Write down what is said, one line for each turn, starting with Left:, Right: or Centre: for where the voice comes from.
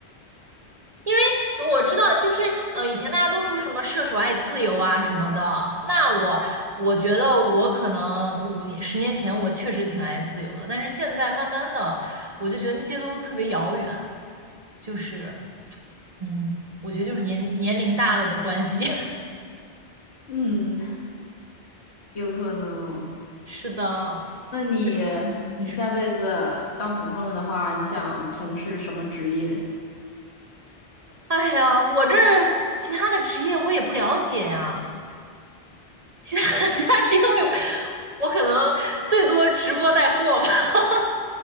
Right: <laughs> 我知道，就是呃，以前大家都说什么射手爱自由啊什么的，那我我觉得我可能五年、十年前我确实挺爱自由的，但是现在慢慢的，我就觉得那些都特别遥远，就是嗯，我觉得就是年年龄大了的关系。<laughs>
Left: 嗯，有可能哦
Right: 是的，
Left: 那你
Right: 嗯你说，
Left: 你下辈子当普通人的话，你想从事什么职业？<laughs>
Right: 哎呀，我这其他的职业我也不了解呀。其他 <laughs> 其他是因为我可能最多直播带货吧。<laughs>